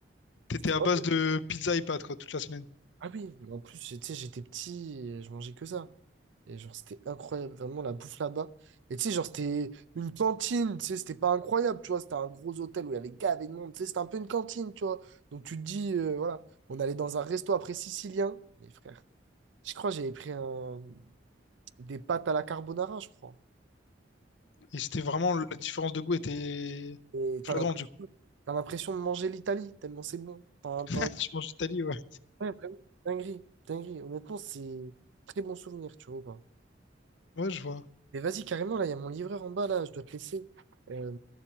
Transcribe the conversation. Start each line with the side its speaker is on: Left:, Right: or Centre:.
Left: t'étais
Right: c'était-
Left: à base de pizza et pâtes, quoi, toute la semaine.
Right: Ah oui, mais en plus, tu sais, j'étais petit et je mangeais que ça. Et genre, c'était incroyable, vraiment la bouffe là-bas. Et tu sais, genre, c'était une cantine, tu sais, c'était pas incroyable, tu vois. C'était un gros hôtel où il y avait gavé de monde, tu sais, c'était un peu une cantine, tu vois. Donc tu te dis, euh, voilà, on allait dans un resto après sicilien. Mais frère, je crois que j'avais pris un... des pâtes à la carbonara, je crois.
Left: Et c'était vraiment. La différence de goût était
Right: Et
Left: flagrante,
Right: t'as l'impression,
Left: du coup.
Right: t'as l'impression de manger l'Italie, tellement c'est bon. T'as,
Left: <laughs>
Right: t'as...
Left: Tu manges d'Italie, ouais.
Right: Ouais, vraiment, dinguerie, dinguerie. Honnêtement, c'est très bon souvenir, tu vois. ou pas.
Left: Ouais, je vois.
Right: Mais vas-y, carrément, là, il y a mon livreur en bas, là, je dois te laisser. Euh,